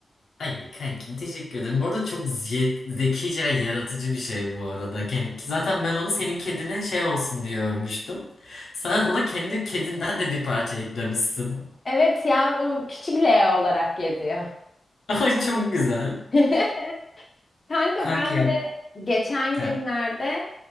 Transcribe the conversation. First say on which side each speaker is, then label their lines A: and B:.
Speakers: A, on the left; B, on the left.
A: Ay kankim teşekkür ederim. Bu arada çok ze- zekice ve yaratıcı bir şey bu arada. Yani zaten ben onu senin kedine şey olsun diye örmüştüm. Sen ona kendi kedinden de bir parça eklemişsin.
B: Evet ya o küçük Leo olarak geziyor.
A: <laughs> Ay çok güzel.
B: <laughs> Kanka
A: Kanki
B: ben
A: ya.
B: de geçen
A: He.
B: günlerde